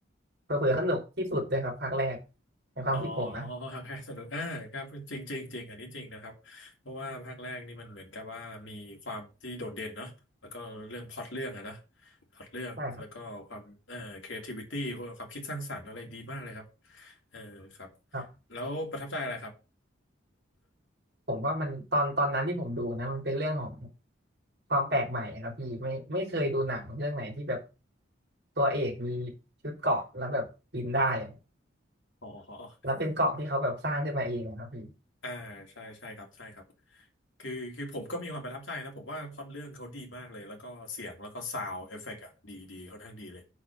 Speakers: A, on the right; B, on the left.
A: เผลอๆสนุกที่สุดเลยครับภาคแรกในความคิดผมนะ
B: อ๋อภาคแรกสนุกอ่าครับจริงจริงจริง อันนี้จริงนะครับ เพราะว่าภาคแรกนี่มันเหมือนกับว่ามีความที่โดดเด่นเนาะแล้วก็เรื่องพล็อตเรื่องอะนะพล็อตเรื่อง
A: ใช่ครับ
B: แล้วก็ความเอ่อ creativity ความคิดสร้างสรรค์อะไรดีมากเลยครับเออครับ
A: ครับ
B: แล้วประทับใจอะไรครับ
A: ผมว่ามันตอนตอนนั้นที่ผมดูนะมันเป็นเรื่องของความแปลกใหม่อะครับพี่ไม่ไม่เคยดูหนังเรื่องไหนที่แบบตัวเอกมีชุดเกราะแล้วแบบบินได้อะ
B: อ๋อ
A: แล้วเป็นเกราะที่เขาแบบสร้างขึ้นมาเองอะครับพี่
B: อ่าใช่ใช่ครับใช่ครับคือคือผมก็มีความประทับใจนะผมว่าพล็อตเรื่องเขาดีมากเลยแล้วก็เสียงแล้วก็ซาวด์เอฟเฟกต์อ่ะดีดีค่อนข้างดีเลย